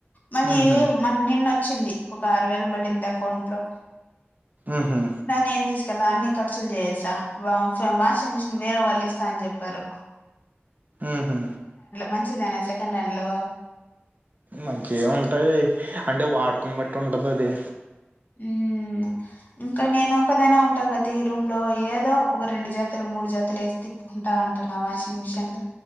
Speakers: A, on the left; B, on the right.
A: మళ్ళీ
B: ఊహు
A: మ నిన్న వచ్చింది ఒక ఆరు వేలు బడింది అకౌంట్ లో
B: ఊహు
A: దాన్ని ఏం దీస్ ఎలా అన్ని ఖర్చులు చేసేస వాషింగ్ మిషిన్ వేరే వాళ్ళు ఇస్తా అని జెప్పారు
B: ఊహు
A: మంచిదేనా సెకండ్ హ్యాండ్ లో
B: మంచిగా ఉంటాయ్ అంటే వాడు కన్ బట్టి ఉంటది అది
A: మ్మ్ ఇంకా నేను ఒకదాన్నే ఉంటా కదా ఈ రూమ్ లో ఏదో ఒక రెండు జతులు మూడు జతులు వేసి తిప్పుకుంటా ఉంటాను వాషింగ్ మిషన్ లో